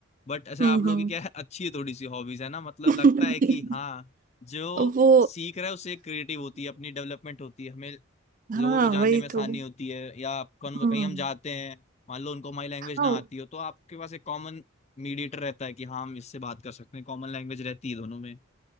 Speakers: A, on the right; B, on the left.
A: गई।
B: बट अच्छा
A: हम्म
B: आप लोगों
A: हम्म
B: की क्या है अच्छी है थोड़ी सी हॉबीज है ना मतलब
A: <laughs>
B: लगता है कि हाँ जो
A: वो
B: सीख रहा है उससे क्रिएटिव होती है अपनी डेवलपमेंट होती है हमें
A: हाँ
B: लोगों को जानने
A: वही
B: में आसानी
A: तो
B: होती है या कौन
A: हम्म
B: कहीं हम जाते हैं मान लो उनको हमारी लैंग्वेज
A: हाँ
B: ना आती हो तो आपके पास एक कॉमन मीडिएटर रहता है कि हाँ हम इससे बात कर सकते हैं कॉमन लैंग्वेज रहती है दोनों में